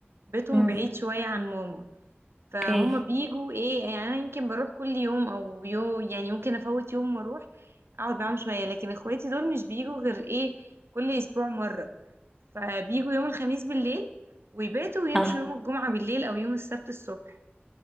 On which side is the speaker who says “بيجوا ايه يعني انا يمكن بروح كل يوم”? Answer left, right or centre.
Right